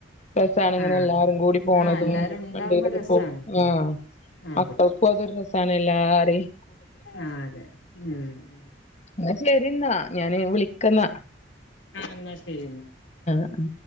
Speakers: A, on the left; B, on the left.
A: രസ്സാണ് ഇങ്ങനെ
B: ആഹ്
A: എല്ലാരും കൂടി പോണതൂം
B: ആഹ് എല്ലാരും ഉണ്ടാവുമ്പോ
A: വണ്ടിയിലൊക്കെ
B: രസാണ്
A: പോൺ ആ
B: ആഹ്
A: മക്കൾക്കൊതൊരു രസാണ് എല്ലാരേം
B: ആ അതെ മ് മ്
A: എന്നാ ശരി ന്നാ ഞാന് വിളിക്ക ന്ന
B: ആഹ ന്നാ ശരി ന്നാ
A: ഉം